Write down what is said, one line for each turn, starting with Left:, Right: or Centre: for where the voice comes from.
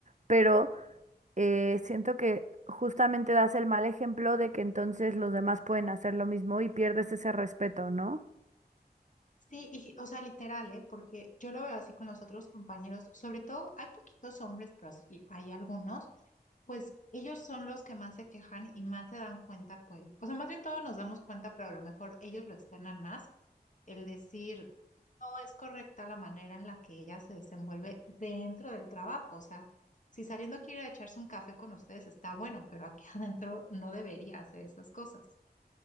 Right: pero eh, siento que justamente das el mal ejemplo de que entonces los demás pueden hacer lo mismo y pierdes ese respeto, ¿no?
Left: Sí, y, o sea, literal, ¿eh? Porque yo lo veo así con los otros compañeros, sobre todo hay poquitos hombres, pero sí hay algunos, pues ellos son los que más se quejan y más se dan cuenta, pues, o sea, más bien todos nos damos cuenta, pero a lo mejor ellos lo externan más, el decir, no es correcta la manera en la que ella se desenvuelve dentro del trabajo. O sea, si saliendo quiere echarse un café con ustedes, está bueno, pero aquí <laughs> adentro no debería hacer esas cosas.